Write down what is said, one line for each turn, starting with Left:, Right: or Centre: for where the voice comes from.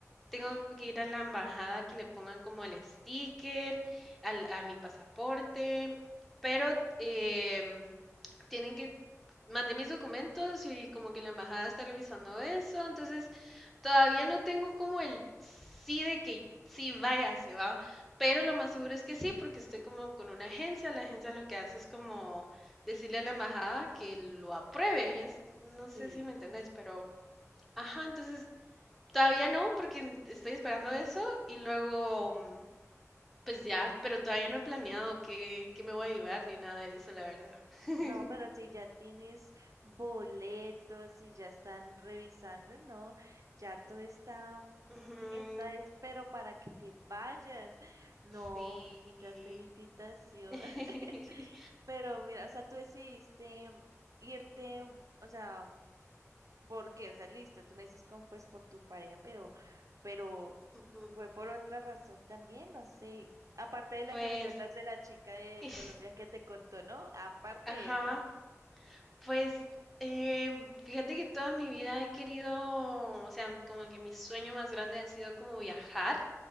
Centre: Tengo
Right: <gasps>
Centre: que ir a la embajada que le pongan como el sticker al- a mi pasaporte, pero em, tienen que, mandé mis documentos y como que la embajada está revisando eso, entonces todavía no tengo como el sí de que sí vaya, se va, pero lo más seguro es que sí, porque estoy como con una agencia, la agencia lo que hace es como decirle a la embajada que lo apruebe, ya s- no
Right: Sí.
Centre: sé si me entendés, pero... Ajá, entonces Todavía no, porque estoy esperando eso y luego, mm, pues ya, pero todavía no he planeado qué, qué me voy a llevar ni nada de eso, la verdad. <laughs>
Right: No, pero si ya tienes boletos, si ya están revisando, no, ya todo está,
Centre: Ujú,
Right: está, es- pero para que te vayas. No,
Centre: Sí.
Right: muchas felicitaciones.
Centre: <laughs>
Right: <laughs> Pero mira, o sea, tú decidiste irte, o sea, porque, o sea, listo, tú me dices como pues por tu pareja, pero, pero
Centre: Ujú,
Right: fue por otra razón también, no sé. Aparte de la
Centre: Pues,
Right: que me cuentas de la chica de
Centre: <laughs>
Right: Colombia que te contó, ¿no? Aparte
Centre: ajá,
Right: de eso.
Centre: pues, em, fíjate que toda mi vida he querido, o sea, como que mi sueño más grande ha sido como viajar.